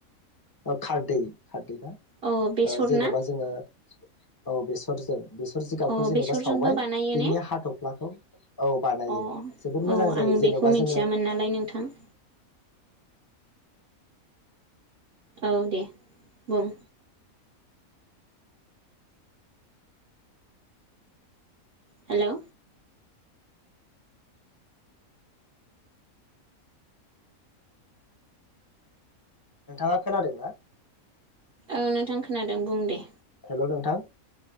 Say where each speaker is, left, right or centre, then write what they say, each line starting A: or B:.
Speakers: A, on the left; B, on the right.
A: औ खारदै खारदै ना
B: अ बेसर
A: जेनेबा
B: ना
A: जोङो औ बेसरजों बेसर जिगाबखौ
B: अ
A: जेनेबा
B: बेसरजोंबो
A: सावबाय
B: बानायो
A: बिनि
B: ने
A: हाथफ्लाखौ औ बानायो
B: अ
A: जोबोद मोजां
B: औ
A: जायो
B: आं
A: जेन'बा
B: बेखौ मिन्थियामोन
A: जोङो
B: नालाय नोंथां <inaudible> औ दे बुं हेलौ
A: नोंथाङा खोनादोंना
B: औ नोंथां खोनादों बुं दे
A: हेलौ नोंथां